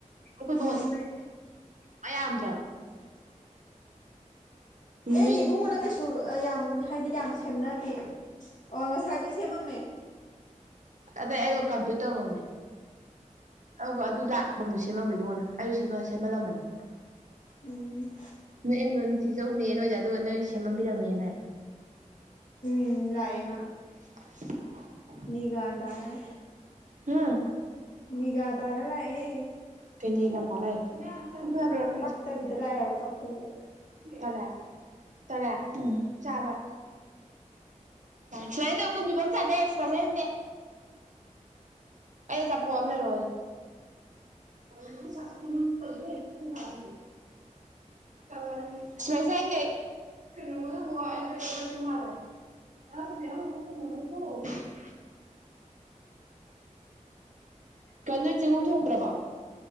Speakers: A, on the right; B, on the left.
A: ꯑꯩꯈꯣꯏ
B: ꯎꯝ
A: ꯕꯣꯁꯦ <unintelligible> ꯃꯥꯏ ꯌꯥꯝꯗ꯭ꯔꯝ ꯅꯨꯃꯤꯠ
B: ꯑꯩꯗꯤ ꯏꯕꯨꯡꯉꯣꯟꯅ ꯀꯩꯁꯨ ꯌꯥꯝ ꯍꯥꯏꯗꯤ ꯌꯥꯝ ꯁꯦꯝꯅꯗꯦ ꯑꯣ ꯉꯁꯥꯏꯕꯨꯗꯤ ꯁꯦꯝꯃꯝꯃꯦ
A: ꯑꯗꯩ ꯑꯩꯩꯒ ꯀꯝꯄ꯭ꯌꯨ ꯇꯧꯃꯝꯅꯦ ꯑꯗꯨꯒ ꯑꯗꯨ ꯂꯥꯛꯄꯗꯨ ꯁꯦꯝꯃꯝꯄꯦ ꯗꯉꯣꯅ ꯑꯩꯁꯨ ꯁꯦꯝꯃꯜꯂꯝꯃꯅꯤ
B: ꯎꯝ
A: ꯅꯣꯏ ꯑꯦꯝꯔꯨꯟꯁꯤꯆꯧꯅꯦ ꯅꯣꯏꯁꯗ ꯑꯗꯨꯒ ꯅꯣꯏꯒꯤ ꯁꯦꯝꯕꯤꯔꯝꯃꯦꯅ ꯍꯥꯏꯁꯦ
B: ꯎꯝ ꯂꯥꯛꯑꯦ ꯃ
A: <inaudible>
B: ꯅꯤꯒꯗ ꯍꯥꯏ
A: ꯍꯨ
B: ꯃꯤꯒ ꯇꯥꯔꯂꯌꯦ
A: ꯐꯅꯤꯒ ꯇ ꯂꯩꯦ <unintelligible>
B: ꯄꯛꯇꯕꯤꯗ ꯂꯥꯏꯕ ꯄꯛꯇꯕꯤꯗ
A: ꯇꯂꯦ ꯇꯂꯦ ꯎꯝ ꯆꯔꯋꯥꯏ ꯁꯨꯃꯥꯏꯅ ꯇꯧ ꯀꯨꯝꯕꯤꯕꯝ ꯆꯥꯖꯩꯁ ꯐꯖꯗꯦ ꯑꯩ ꯑꯆꯄꯣꯠ ꯑꯃ ꯂꯩꯔꯛꯑꯣ <unintelligible> <unintelligible> <unintelligible> ꯀꯩꯅ ꯅꯣꯏ ꯆꯤꯡꯒꯨꯝ ꯊꯣꯡꯗ꯭ꯔꯕ